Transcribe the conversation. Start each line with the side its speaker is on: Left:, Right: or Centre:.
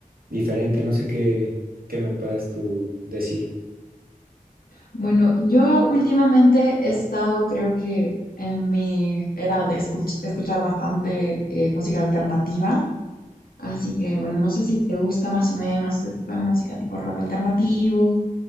Right: diferente. No sé qué, qué me puedas tú decir.
Left: Bueno, yo últimamente he estado, creo que en mi era de escuch- escuchar bastante eh, música alternativa, así que bueno, no sé si te gusta más o menos ese tipo de música, tipo rock alternativo